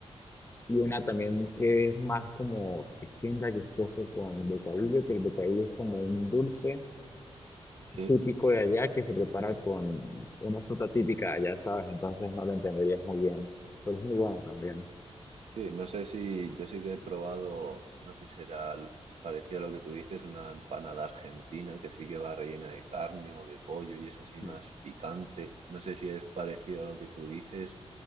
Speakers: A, on the left; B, on the right.
A: y una también que es más como distinta, que es queso con bocadillo, que el bocadillo es como un dulce
B: sí,
A: típico de allá que se prepara con una fruta típica de allá, ¿sabes? Entonces no lo entenderías muy bien, pero es muy bueno también.
B: sí. No sé si yo sí que he probado, no sé si será l- parecido a lo que tú dices, una empanada argentina que sí que va rellena de carne o de pollo y es así más
A: Mm.
B: picante. No sé si es parecido a lo que tú dices